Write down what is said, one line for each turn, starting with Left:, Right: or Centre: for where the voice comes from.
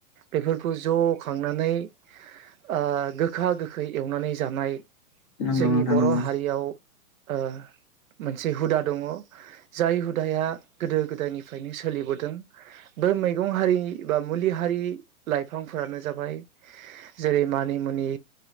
Right: बेफोरखौ ज' खांनानै ओ गोखा गोखै एवनानै जानाय
Left: नंगौ
Right: जोंनि
Left: नोंथां
Right: बर'
Left: नंगौ
Right: हारियाव ओ मोनसे हुदा दङ जाय हुदाया गोदो गोदायनिफ्रायनो सोलिबोदों। बे मैगं हारि बा मुलि हारि लाइफांफोरानो जाबाय जेरै मानिमु नि